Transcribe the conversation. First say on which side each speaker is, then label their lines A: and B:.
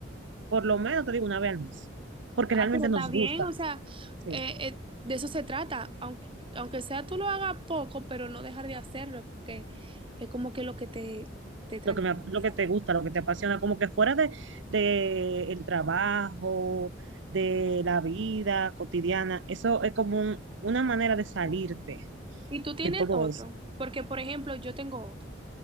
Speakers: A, on the right; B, on the right.
A: por lo menos, te digo, una vez al mes, porque
B: Ah,
A: realmente
B: pero está
A: nos
B: bien,
A: gusta,
B: o sea,
A: sí,
B: eh, eh, de eso se trata. Aunque, aunque sea tú lo hagas poco, pero no dejar de hacerlo, porque es como que lo que te, te tranquiliza.
A: lo que me, lo que te gusta, lo que te apasiona, como que fuera de, de el trabajo, de la vida cotidiana, eso es como un- una manera de salirte
B: Y tú tienes
A: de todo
B: otro,
A: eso.
B: porque por ejemplo, yo tengo otro.